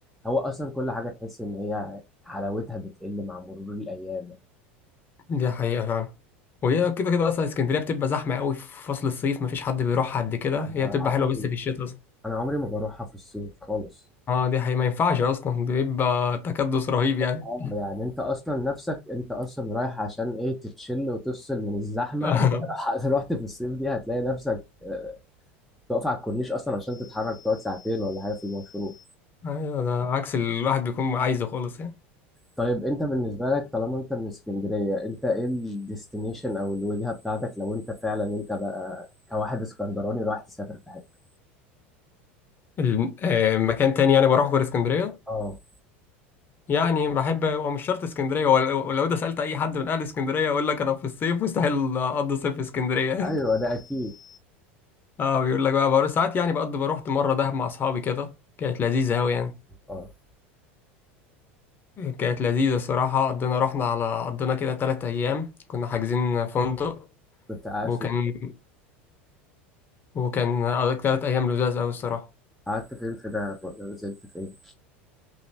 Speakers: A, in the centre; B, on the left (about 30°).
A: هو أصلا كل حاجة تحس إن هي حلاوتها بتقل مع مرور الأيام
B: دي حقيقة فعلا وهي كده كده اصلا اسكندرية بتبقى زحمة قوي في فصل الصيف مفيش حد بيروح قد كده
A: أنا
B: هي بتبقى
A: عمري
B: حلوة بس في الشتاء اصلا
A: أنا عمري ما بروحها في الصيف خالص
B: اه دي حقيقة ما ينفعش اصلا بيبقى تكدس رهيب يعني
A: آه، يعني أنت أصلا نفسك أنت أصلا رايح عشان إيه تتشل وتفصل من الزحمة
B: <laughs>
A: <laughs> لو رحت في الصيف دي هتلاقي نفسك آه، تقف على الكورنيش اصلا عشان تتحرك تقعد ساعتين ولا حاجه في المشروع
B: ايوه ده عكس اللي الواحد بيكون عايزه خالص يعني
A: طيب انت بالنسبه لك طالما انت من اسكندريه انت ايه الديستنيشن او الوجهه بتاعتك لو انت فعلا انت بقى كواحد اسكندراني رايح تسافر في حته
B: الم- آه، مكان تاني يعني بروح غير اسكندرية
A: اه
B: يعني بحب هو مش شرط اسكندريه ولو ولو ده سالت اي حد من اهل اسكندريه يقول لك انا في الصيف مستحيل اقضي صيف في اسكندريه
A: ايوه
B: <laughs>
A: ده اكيد
B: اه بيقول لك بقى بروح ساعات يعني بقضي بروحت مره دهب مع اصحابي كده كانت لذيذه قوي يعني
A: اه
B: كانت لذيذه الصراحه قضينا رحنا على قضينا كده ثلاث ايام كنا حاجزين فندق
A: كنت قاعد
B: وكان
A: فين
B: وكان قضيت ثلاث ايام لذاذ قوي الصراحه
A: قعدت فين في دهب ولا نزلت فين